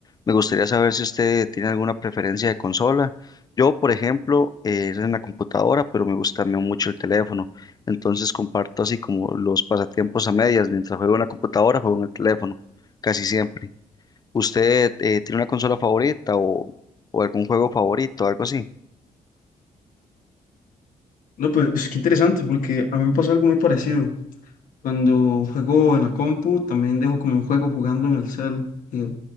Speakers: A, on the left (about 30°); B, on the left (about 75°).
A: Me gustaría saber si usted tiene alguna preferencia de consola. Yo, por ejemplo, eh, es en la computadora, pero me gusta también mucho el teléfono. Entonces comparto así como los pasatiempos a medias, mientras juego en la computadora, juego en el teléfono, casi siempre. ¿Usted eh, tiene una consola favorita o, o algún juego favorito, algo así?
B: No, pues qué interesante, porque a mí me pasó algo muy parecido. Cuando juego en la compu, también dejo como un juego jugando en el cel. eh,